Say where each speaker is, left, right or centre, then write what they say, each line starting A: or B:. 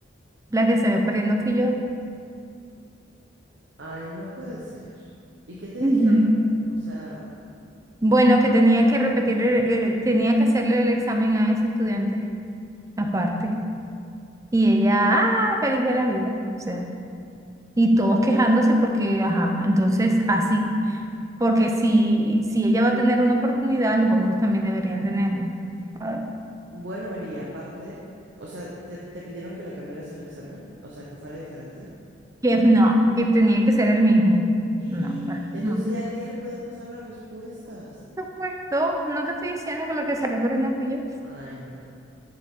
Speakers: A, on the right (about 15°); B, on the right (about 60°).
A: la que salió perdiendo fui yo.
B: Ay, no puede ser. ¿Y qué te
A: Ujú.
B: dijeron? O sea,
A: Bueno, que tenía que repetir, el- el- tenía que hacerle el examen a ese estudiante aparte, y ella, ah, feliz de la vida, o sea. Y todos quejándose porque, ajá, entonces así, porque si, si ella va a tener una oportunidad, los otros también deberían tenerla. ¿sabes?
B: bueno, Mary, y aparte, o sea, ¿te, te pidieron que le cambiaras el examen? O sea, que fuera diferente.
A: Que no, que tenía que ser el mismo.
B: <gasps> Entonces
A: No, para mí no.
B: ya, al día le podían pasar las respuestas.
A: Por supuesto, no te estoy diciendo que la que sale no fui yo.
B: Ay, no.